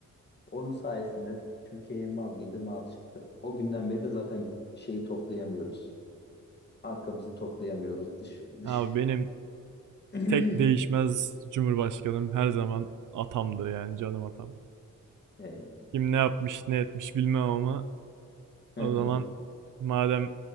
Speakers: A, on the left; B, on the right.
A: onun sayesinde Türkiye'ye mal girdi, mal çıktı. O günden beri de zaten şeyi toplayamıyoruz. Arkamızı toplayamıyoruz dış dış.
B: Abi benim
A: <clears throat>
B: tek değişmez Cumhurbaşkanım her zaman atamdır yani canım atam.
A: Eee,
B: Kim ne yapmış ne etmiş bilmem ama
A: hı
B: O
A: hı.
B: zaman madem